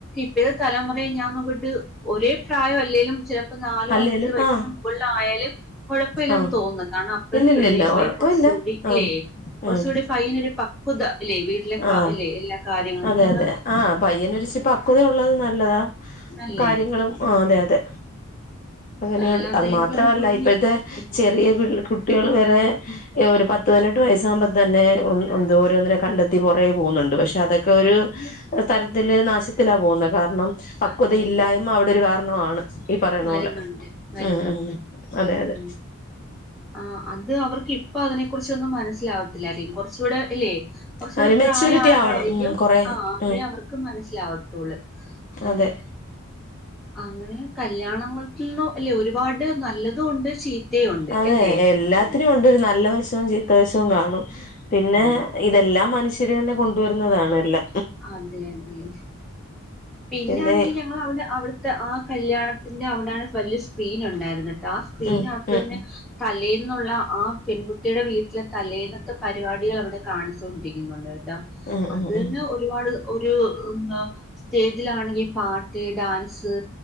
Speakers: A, in the centre; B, on the left.
A: ഈ തലമുറയെ ഞാനങ്ങട്ട് ഒരേ പ്രായംല്ലേലും ചില ല പ്പ നാലോ
B: അല്ലേലും
A: അഞ്ച് വയസിന്
B: ആഹ്
A: മുകളിലായാലും കുഴപ്പമില്ലെന്ന്
B: ആഹ്
A: തോന്നും. കാരണം അപ്പൾ
B: ഇല്ലില്ലില്ല
A: പെണ്ണിനക്കായും...
B: കൊഴപ്പ
A: കുറച്ചുടി
B: ഇല്ല ആഹ്
A: ല്ലേ? കുറച്ചുടി
B: ഉം
A: പയ്യനൊരു പക്വത ഇല്ലെ വീട്ടിലെ
B: ആഹ്
A: അല്ലെ എല്ലാ കാര്യങ്ങളും
B: അതെ
A: ഇനി ഒന്ന്
B: അതെ ആഹ് അ പയ്യനൊച്ചിരിപ്പക്വത ഉള്ളത് നല്ലതാ
A: തോന്നുന്നു നല്ലായിരിക്കും
B: കാര്യങ്ങളും അതെ അതെ അങ്ങനെയ
A: അല്ലാതെ
B: അത് മാത്രല്ല
A: എനിക്ക് തോന്നുന്നു കുഞ്ഞി
B: ഇപ്പോഴത്തെ
A: ഉം
B: ചെറിയ കുട്ടികൾ വരെ ഒരു പത്ത് പതിനെട്ട് വയസ്സാകുമ്പ തന്നെ എന്ത ഓരോന്നിനെ കണ്ടെത്തി പുറേ പോകുന്നുണ്ട് പക്ഷെ അതൊക്കെ ഒരു തരത്തില് നാശത്തിലാ പോകുന്നത് കാരണം പക്വത
A: അതെ
B: ഇല്ലായ്മ
A: അതെ
B: അവിടെ ഒരു കാരണമാണ് ഈ പറയുന്ന
A: വരുന്നുണ്ട്
B: പോലെ
A: വരുന്നുണ്ട്
B: ഉം ഉം അതെ
A: ഉം
B: അതെ
A: ആഹ് അത് അവർക്ക് ഇപ്പ അതിനെ കുറിച്ചൊന്നും മനസ്സിലാവത്തില്ല കുറച്ചുകൂടെ അല്ലെ കുറച്ചുടെ
B: ആ ഒരു മെച്യൂരിറ്റി
A: പ്രായം ആകുമ്പഴാ
B: ആവണം
A: യിരിക്കും
B: ഉം കൊറെ
A: ആഹ് ആകുമ്പോഴേ
B: ഉം
A: അവർക്ക് മനസ്സിലാവത്തോുള്ളൂ ഉ
B: അതെ
A: അങ്ങനെ കല്യാണങ്ങൾക്കന്നും അല്ലെ ഒരുപാട് നല്ലതുണ്ട് ചീത്തതു ഉണ്ട്
B: അതെ
A: അല്ലേ
B: എല്ലാത്തിനും
A: ഉം
B: ഉണ്ട് ഒരു നല്ല വശവും ചീത്തവശവും കാണും പിന്നെ
A: ആണ്.
B: ഇതെല്ലാം മനുഷ്യര് തന്നെ കൊണ്ടുവരുന്നതാണല്ലേ
A: അതെ അതെെ പിന്നെയാണെങ്കിൽ
B: പിന്നെ
A: ഞ ഞവിടെ അവിടുത്തെ ആഹ് കല്യാണത്തിന്റെ അവിടെണ് വലിയ സ്ക്രീൻ ഉണ്ടായിരുന്നത് സ്ക്രീനകത്തന്നെ
B: ഉം ഉം
A: തലയിൽന്നുള്ള ആ പെൺകുട്ടിയുടെ വീട്ടിലെ തലയിന്നത്തെ പരിപാടികൾ അവിടെ കാണിച്ചുകൊണ്ടിരിക്കുന്നുണ്ട് ട്ടോ
B: ഉം
A: അത്
B: ഉം
A: തന്നെ
B: ഉം ഉം
A: ഒരുപാട് ഒരു സ്റ്റേജിലാണെങ്കിൽ പാട്ട് ഡാൻസ്